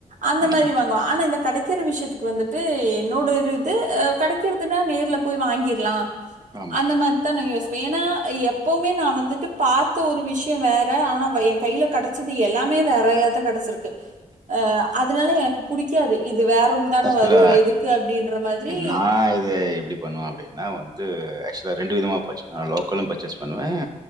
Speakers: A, on the right; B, on the right.
A: அந்த மாதிரி
B: ம்.
A: வாங்குவம் ஆனா இந்த கிடைக்கிற விஷயத்துக்கு வந்துட்டு என்னோட இரு இது கட வக்கிறதுன்னா நேர்ல போய் வாங்கிடலாம்
B: ஆமா.
A: அந்த மாரிதான் நா யோசி என எப்வுமே ஏன்னா எப்வுமே நான வந்துட்டு பாத்த ஒரு விஷயம் வேறு ஆனால் என் கையில் கிடச்சது எல்லாமே வேறயாதுதான் கிடச்சிருக்கு அ அதனால எனக்கு புடிக்காதே இது வேற தானே
B: ஆக்சுவலா
A: வரும் எதுக்கு அப்டின்ற மாரி
B: நான் இத எப்டி பண்ணுவன் அப்டின்னா வந்து ஆக்சுவலாக ரெண்டு விதமாக பர் நான் லோக்கலும் பர்ச்சேஸ் பண்ணுவன்